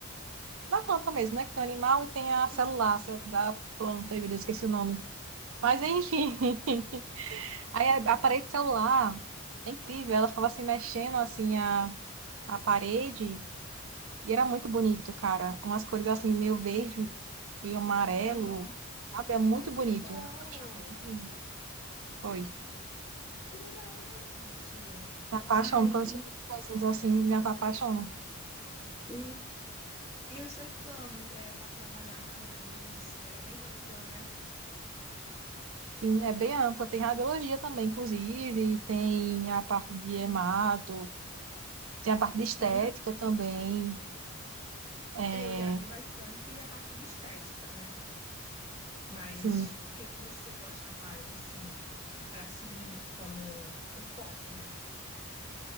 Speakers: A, on the right (about 65°); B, on the right (about 25°).
A: da planta mesmo, né? Que tem o animal e tem a
B: Aham,
A: celular, a célula da planta, eu esqueci o nome. Mas enfim, <laughs> aí a, a parede celular é incrível, ela ficava se mexendo assim a, a parede e era muito bonito, cara. Umas cores assim meio verde, meio amarelo,
B: aham.
A: sabe? É muito
B: Ai, que
A: bonito.
B: legal!
A: Eu achava muito lindo. Foi.
B: Que legal, gente!
A: Me apaixono,
B: Ai,
A: quando eu
B: e,
A: sou essas coisinhas assim, me apaixono.
B: e, e os seus planos é, para trabalhar na área da biomedicina? Ela é bem ampla, né?
A: Sim, é bem ampla. Tem radiologia também, inclusive, tem a parte de hemato, tem a parte de estética
B: Né?
A: também. É,
B: É, eu já vi bastante a parte de estética, né? Mas
A: sim,
B: o que que você gosta mais, assim, para seguir como um foco, né?